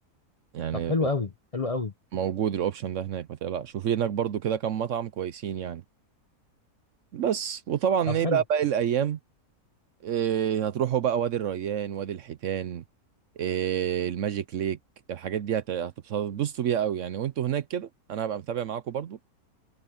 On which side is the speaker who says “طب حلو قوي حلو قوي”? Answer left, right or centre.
Left